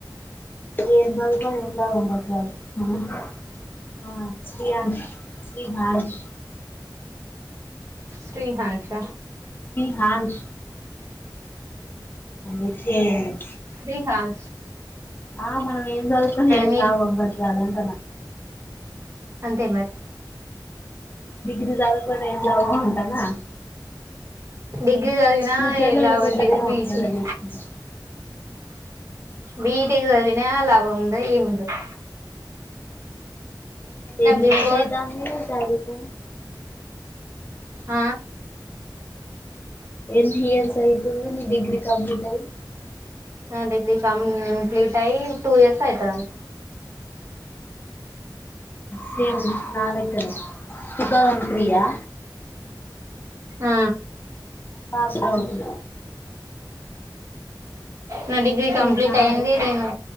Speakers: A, on the left (about 25°); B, on the right (about 40°).
A: ఏం చదువుకోలే <unintelligible> ఆ Shreyansh Shrihansh
B: Srihansh
A: Shrihansh S A N
B: Srihans
A: ఆ మనం ఏం చదువుతాం ఏం
B: నీ
A: లాభం అంటానా
B: అంతే మరి
A: డిగ్రీ చదువుకొని ఏం లాభం అంటానా
B: డిగ్రీ చదివినా
A: ఫ్యూచర్
B: ఏం
A: లో
B: లాభం
A: యూస్ ఉంటదేమో
B: లేదు బీటెక్
A: ఏమన్నా చేసుకుంటే
B: బీటెక్ చదివినా లాభం ఉండదు ఏముండదు
A: ఎన్ని
B: బిఫోర్
A: ఇయర్స్ అయితాంది చదువుకోనీ
B: ఆ
A: ఎన్ని ఇయర్స్ అయితుంది నీ డిగ్రీ కంప్లీట్ అయ్యి
B: నా డిగ్రీ కంప్లీట్ అయి టూ ఇయర్స్ అయితాంది
A: సేమ్ నా లెక్కనే టూ థౌసండ్ త్రీ ఆ
B: ఆ
A: పాస్డ్ అవుట్
B: నా డిగ్రీ కంప్లీట్
A: సేమ్ నా
B: అయింది
A: లెక్కనే
B: నేను